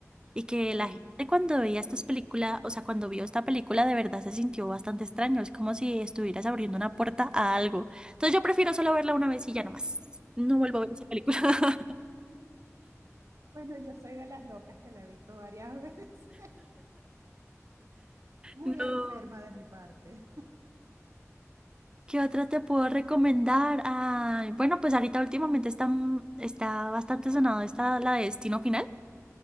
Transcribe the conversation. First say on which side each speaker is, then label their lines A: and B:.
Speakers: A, on the right (about 15°); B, on the right (about 65°).
A: Y que
B: Sí,
A: la gente cuando veía estas películas, o sea, cuando vio esta película, de verdad se sintió bastante extraño. Es como si estuvieras abriendo una puerta a algo. Entonces yo prefiero solo verla una vez y ya no más. No vuelvo a ver esa película. <laughs>
B: Bueno, yo soy de las locas que la he visto varias <laughs> veces. Muy
A: No.
B: enferma de mi parte.
A: ¿Qué otra te puedo recomendar? Ay, bueno, pues ahorita últimamente está, está bastante sonado esta, la de Destino Final.